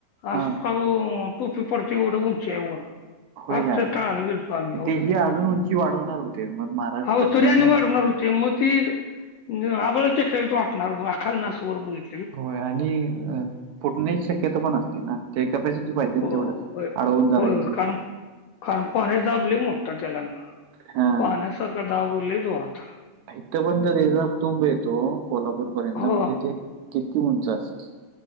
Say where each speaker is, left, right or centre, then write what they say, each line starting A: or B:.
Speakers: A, on the right; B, on the left.
A: हा
B: असं पाक टोपी पडत्या अस उंची हाय वर
A: होय
B: पाक
A: काय.
B: त्या तळाला गेलतो आम्ही होय.
A: ते हे अजून उंची वाढवणार होते मग महाराष्ट्र
B: अवो
A: शासनानं
B: तरी आणि वाढवतात होते. ते मग ती आभाळाला टेकल्यागत वाटणार खालन अस वर बघितल् की,
A: होय आणि फुटण्याची शक्यता पण असते ना. ते कॅपॅसिटी पाहिजे
B: हो
A: ना तेवढ
B: होय
A: आडवून धरायची.
B: होय कारण कारण पाणीचा दाब लै मोठा त्यालाना
A: हा.
B: पाण्यासारखं दाब लय जोरात,
A: इथं पर्यंत त्यचा तुंब येतो कोल्हापूर पर्यंत
B: हो
A: म्हणजे ते किती उंच असल.